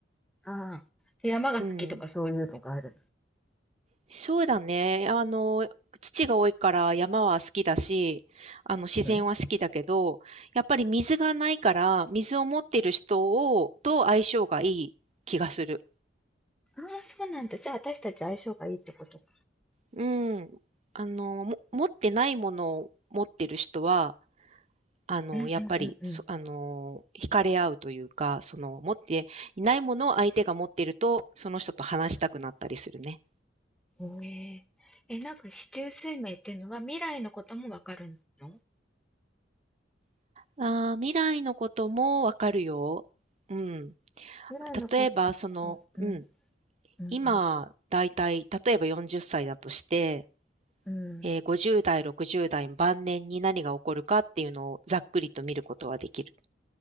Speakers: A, in the centre; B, on the right.
A: ああ。で、山が好きとかそういうのがある
B: うん。そうだね。あの、土が多いから山は好きだし、あの、自然は好きだけど、
A: の。うん。
B: やっぱり水がないから、水を持ってる人を、と相性がいい気がする。
A: ああ、そうなんだ。じゃあ、私たち相性がいいってことか。
B: うん。あの、も、持ってないものを持ってる人は、あの、
A: うんうんうんうん。
B: やっぱり、そあの、惹かれ合うというか、その、持っていないものを相手が持ってると、その人と話したくなったりするね。
A: おえー、え、なんか四柱推命っていうのは未来のこともわかるの
B: ああ、未来のこともわかるよ。うん。
A: 未来のこ
B: 例えば、その、
A: と、うん、
B: うん、
A: うん、
B: 今、だいたい、例えば40歳だとして、
A: うん、うん。
B: えー、50代、60代晩年に何が起こるかっていうのをざっくりと見ることはできる。